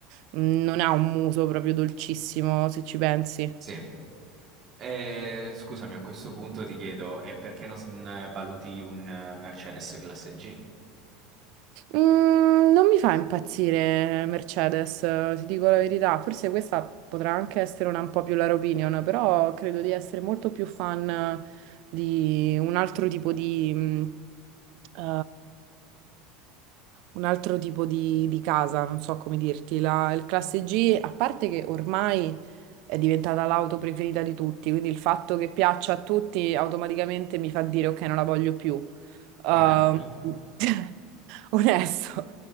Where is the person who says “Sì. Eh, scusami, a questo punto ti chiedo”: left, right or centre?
Right